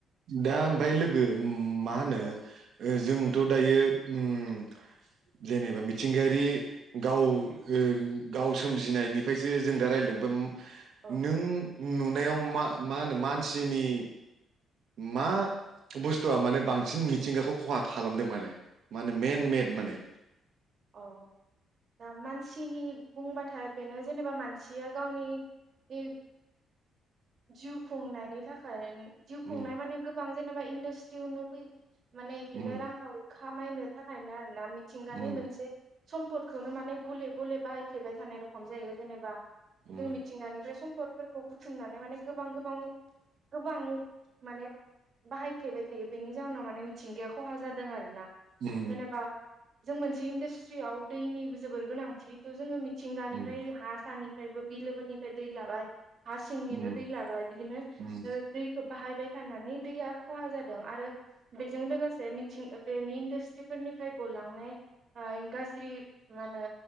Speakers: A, on the right (about 70°); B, on the right (about 55°).
A: दा ओमफफ्राय लोगो उम मा होनो
B: औ
A: जों थ' दायो उम जेनेबा मिथिंगायारि गाव ओ गाव सोमजिनायनिफ्रायसो जों दा रायजलायदों ओम
B: औ
A: नों नुनायाव मा मा होनो मानसिनि मा बुस्थुआ माने बांसिन मिथिंगाखौ खहा खालामदों माने मा होनो मेन मेड माने?
B: अ दा मानसिनि बुंबाथाय बेनो जेनेबा मानसिया गावनि बिब जिउ खुंनायनि थाखायन जिउ
A: उम
B: खुंनाय माने गोबां जेनेबा इन्डास्ट्रियावनो फौ माने बिनो
A: उम
B: रां खावरि खामायनो थाखायनो आरो ना मिथिंगानि
A: उम
B: मोनसे सम्पदखौनो माने गले गले बाहायफ्लेबाय थानाय रखम जायो जेनेबा
A: उम
B: जों मिथिंगानिफ्राय सम्पद फोरखौ बुथुमना नै माने गोबां गोबां गोबां माने बाहायफ्लेबाय थायो बेनि जााहनाव माने मिथिंगाया खहा जादों आरोना ।
A: उम
B: जेनेबा जों मोन से इन्डास्ट्रियाव दैनि जोबोर गोनांथिथ' जोङो मि थिंगानिफ्राय
A: उम
B: हा सानि फ्रायबो बिलोफोरनिफ्राय दै लाबाय फास सिंनिबो
A: उम
B: दै लाबाय बिदिनो ओ
A: उम
B: दैखौ बाहायबाय थानानै दैया खहा जादों आरो बेजों लोगोसे मिथिं बेनि इन्डास्ट्रिफोरनिफ्राय गलांनाय ओ गाज्रि मा होनो